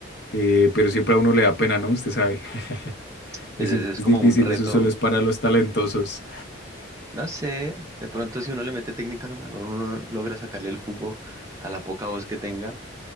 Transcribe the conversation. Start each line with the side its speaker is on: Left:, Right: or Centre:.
Left: eh, pero siempre a uno le da pena, ¿no? Usted sabe, <laughs>
Right: Pues
Left: eso
Right: ese es
Left: es
Right: como
Left: difícil,
Right: un reto.
Left: eso solo es para los talentosos.
Right: No sé, de pronto si uno le mete técnica, a lo mejor uno logra sacarle el jugo a la poca voz que tenga,